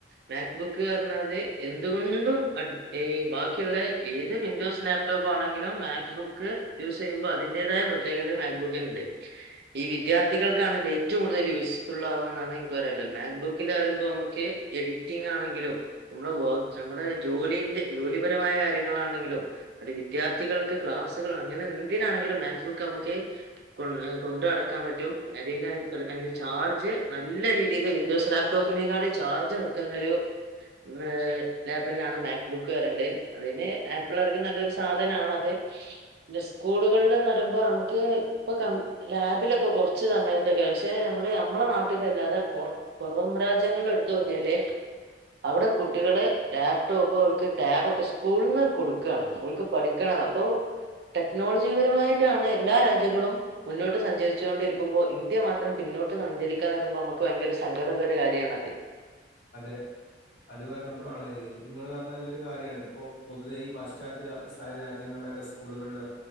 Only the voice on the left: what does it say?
അതെ അത് പറഞ്ഞപ്പോളാണ് ഇങ്ങൾ പറഞ്ഞ നല്ലൊരു കാര്യാണ് ഇപ്പൊ പൊതുവേ ഈ പാശ്ചാത്യ രാ രാജ്യങ്ങളിലൊക്കെ സ്കൂളുകളില്